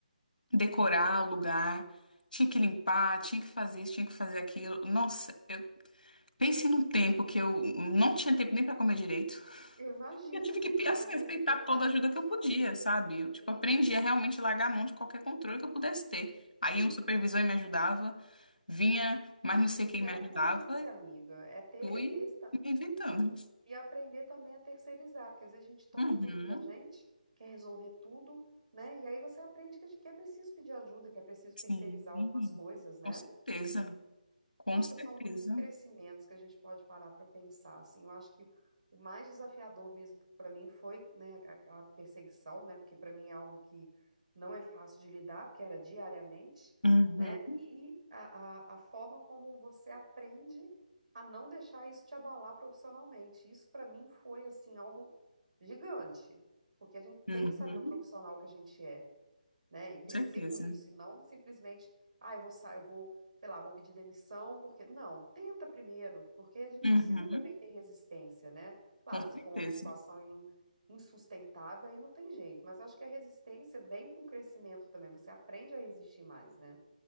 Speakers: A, on the left; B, on the right.
A: decorar o lugar, tinha que limpar, tinha que fazer isso, tinha que fazer aquilo. Nossa, eu pensei num tempo que eu não tinha tempo nem pra comer direito.
B: Eu imagino,
A: Eu tive
B: porque
A: que, assim,
B: imagina
A: aceitar
B: você ter que fazer
A: toda a ajuda
B: tudo
A: que
B: sozinho.
A: eu podia, sabe? Eu, tipo,
B: Sim,
A: aprendi a realmente largar a mão de qualquer controle que eu pudesse ter.
B: sim,
A: Aí um supervisor me ajudava, vinha, mas não sei
B: o certo
A: quem me ajudava,
B: é esse,
A: e
B: amiga, é ter,
A: fui
B: é ter esse
A: me reinventando.
B: Não, e aprender também a terceirizar, porque às vezes a gente toma
A: Uhum.
B: tudo pra gente, quer resolver tudo, né? E aí você aprende que, que é preciso pedir ajuda, que é preciso
A: Sim,
B: terceirizar algumas coisas, né?
A: com certeza. Com
B: Nossa,
A: certeza.
B: são muitos crescimentos que a gente pode parar para pensar, assim. Eu acho que o mais desafiador mesmo para mim foi, né, a, a perseguição, né, porque para mim é algo que não é fácil de lidar, porque era diariamente,
A: Uhum.
B: né, e a, a, a forma como você aprende a não deixar isso te abalar profissionalmente. Isso para mim foi, assim, algo gigante, porque a gente
A: Uhum.
B: tem que saber o profissional que a gente é né? E crescer
A: Com certeza.
B: com isso, e não simplesmente, ah, eu vou sair, eu vou, sei lá, vou pedir demissão, porque não, tenta primeiro, porque a gente
A: Uhum.
B: precisa também ter resistência, né? Claro,
A: Com
B: se
A: certeza.
B: for uma situação inu- insustentável, aí não tem jeito, mas eu acho que a resistência vem com o crescimento também, você aprende a resistir mais, né?